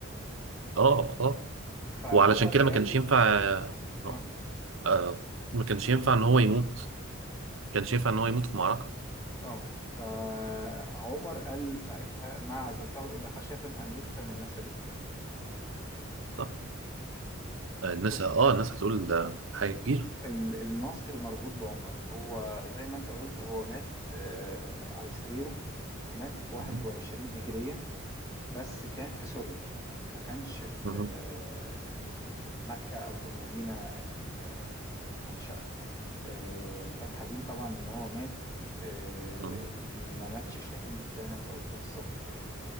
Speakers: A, on the right (about 75°); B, on the left (about 15°).
A: اه اه
B: فعمر
A: وعلشان كده
B: قال
A: ما كانش ينفع آه
B: آه
A: آه، ما كانش ينفع ان هو يموت ما كانش ينفع ان هو يموت في معركه
B: آه فعمر قال ساعتها ما عزلته إلا خشية أن يفتن الناس به
A: صح آه، الناس
B: بص
A: اه الناس هتقول ده حاجه كبيره
B: ال- النصر مربوط بعمر هو زي ما انت قلت هو مات آه، على سريره مات 21
A: مم.
B: هجرية بس كان في سوريا ما كانش في
A: مم.
B: آه، في مكة أو في المدينة ال- آه، منشأه آه، كان حزين طبعا إن هو مات آه،
A: مم.
B: ما ماتش شهيد زي ما انت قلت بالظبط كده